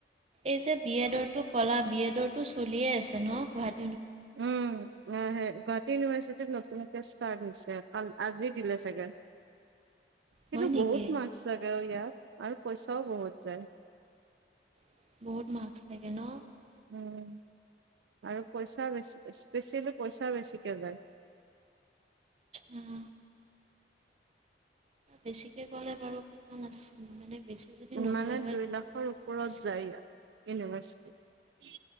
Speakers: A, on the right (about 35°); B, on the right (about 80°).
A: এই যে বি এডৰটো কলা বি এডৰটো চলিয়ে আছে ন গুৱাটী
B: উম অ হে গুৱাহাটী ইউনিাৰিটি যে নতুনকে ষ্টাৰ্ট হৈছে, আ আজি দিলে চাগে। কিন্তু
A: হয় নেকি
B: বহুত মাাক্ছ লাগে অ' ইয়াত আৰু পইচাও বহুত যায়।
A: <unintelligible>
B: উম আৰু পইচা বেছ বেছি বেছি হ'লে পইচা বেছিকে যায়।
A: উম বেছিকে গ'লে বাৰু পানাছিল মানে বেছি যদি
B: ইমানে
A: নগ'ল হয়
B: দুই
A: তেতিয়া
B: লাখৰ
A: বাৰু
B: ওপৰত
A: কথা নাছিল
B: যায় ইয়াত, ইউনিভাৰ্চিটি